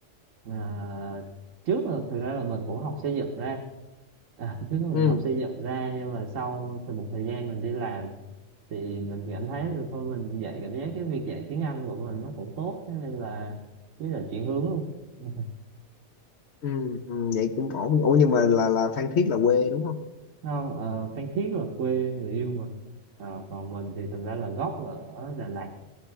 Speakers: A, on the right (about 75°); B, on the left (about 60°).
A: À, trước là thực ra là mình cũng học xây dựng ra à, <laughs> trước là
B: ừ,
A: mình học xây dựng ra nhưng mà sau thì một thời gian mình đi làm thì mình cảm thấy là thôi mình dạy cảm giác cái việc dạy tiếng Anh của mình nó cũng tốt thế nên là với là chuyển hướng luôn <laughs>
B: ừ, ừ, vậy cũng ổn ủa nhưng mà là là Phan Thiết là quê đúng không
A: không ờ, Phan Thiết là quê người yêu mình Ờ, còn mình thì thực ra là gốc là ở Đà Lạt